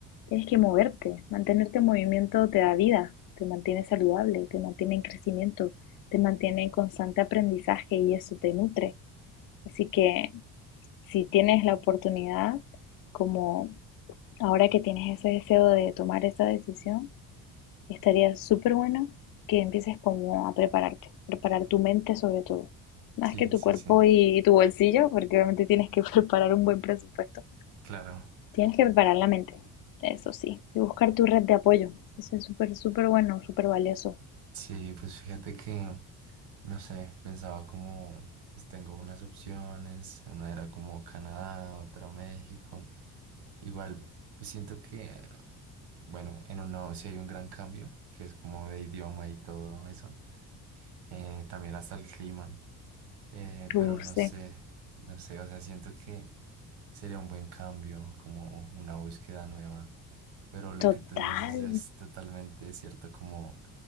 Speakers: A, on the left; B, on the right.
A: tienes que moverte. Mantenerte en movimiento te da vida, te mantiene saludable, te mantiene en crecimiento, te mantiene en constante aprendizaje y eso te nutre. Así que si tienes la oportunidad, como Ahora que tienes ese deseo de tomar esa decisión, estaría súper bueno que empieces como a prepararte, preparar tu mente sobre todo, más
B: Sí,
A: que tu
B: sí,
A: cuerpo
B: sí,
A: y tu bolsillo, porque obviamente tienes que <laughs> preparar un buen presupuesto.
B: claro.
A: Tienes que preparar la mente, eso sí, y buscar tu red de apoyo. Eso es súper, súper bueno, súper valioso.
B: Sí, pues fíjate que, no sé, pensaba como, pues tengo unas opciones, una era como Canadá, otra México. Igual, pues siento que, bueno, en uno sí hay un gran cambio, que es como de idioma y todo eso. Eh, también hasta el clima. Eh, pero
A: Uf,
B: no
A: sí,
B: sé, no sé, o sea, siento que sería un buen cambio, como una búsqueda nueva. Pero lo
A: total,
B: que tú dices es totalmente cierto, como